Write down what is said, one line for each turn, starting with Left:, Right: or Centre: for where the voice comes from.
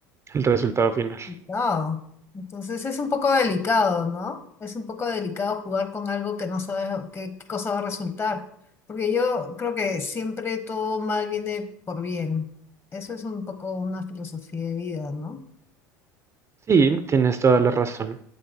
Right: el resultado final.
Left: Wow. Entonces es un poco delicado, ¿no? Es un poco delicado jugar con algo que no sabes qué, qué cosa va a resultar. Porque yo creo que siempre todo mal viene por bien. Eso es un poco una filosofía de vida, ¿no?
Right: Sí, tienes toda la razón.